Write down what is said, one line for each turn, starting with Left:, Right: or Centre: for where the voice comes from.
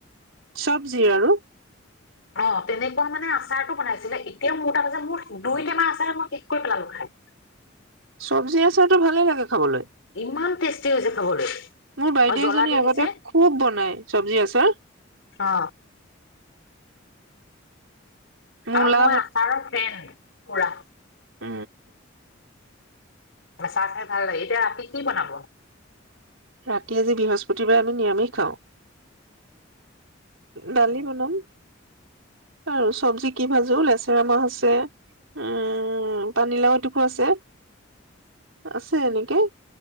Right: চবজিৰ আৰু।
Left: অ' তেনেকুৱা মানে আচাৰটো বনাইছিলে এতিয়া মোৰ তা মানে মোৰ দুইটেমা আচাৰে মই শেষ কৰি পেলালো খাই।
Right: চবজি আচাৰটো ভালে লাগে। খাবলৈ,
Left: ইমান টেষ্টি হৈছে খাবলৈ
Right: মো বাইদেউ
Left: অ জ্বলা
Right: এজনীয়ে
Left: দি
Right: আগতে
Left: দিছে
Right: খুব বনাই চবজি আচাৰ।
Left: অ
Right: মূলা
Left: আও মই আচাৰৰ ফ্ৰেণ্ড। কৰা।
Right: উ।
Left: আ চাহ খাই ভাল লাগে। এতিয়া ৰাতি কি বনাব?
Right: ৰাতি আজি বৃহস্পতিবাই আমি নিয়ামিষ খাওঁ। দালি বনাম, আৰুচ চবজি কি ভাজো লেচেৰা মাহ আছে উম পানীলাও এটোকো আছে, আছে এনেকে।